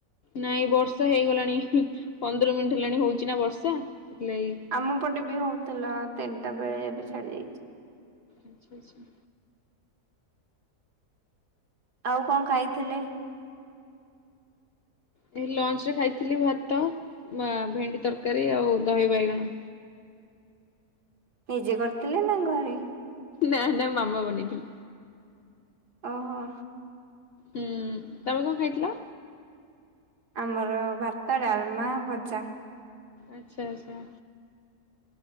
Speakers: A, on the left (about 70°); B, on the right (about 80°).
A: ନାଇଁ ବର୍ଷା ହେଇଗଲାଣି, ପନ୍ଦର ମିନିଟ୍ ହେଲାଣି ହଉଚି ନା ବର୍ଷା ସେଥିଲାଗି।
B: ଆମ ପଟେ ବି ହଉଥିଲା ତିନିଟା ବେଳେ, ଏବେ ଛାଡି ଯାଇଛି।
A: ଆଚ୍ଛା ଆଚ୍ଛା।
B: ଆଉ କଣ ଖାଇଥିଲେ?
A: ଏଇ ଲଞ୍ଚରେ ଖାଇଥିଲି ଭାତ, ମା ଭେଣ୍ଡି ତରକାରୀ, ଆଉ ଦହି ବାଇଗଣ।
B: ନିଜେ କରିଥିଲେ, ନା ଘରେ?
A: ନା- ନା ମାମା ବନେଇଥିଲେ।
B: ଓ ହୋ।
A: ହୁଁ ତମେ କଣ ଖାଇଥିଲ?
B: ଆମର ଭାତ, ଡାଲମା, ଭଜା।
A: ଆଚ୍ଛା ଆଚ୍ଛା।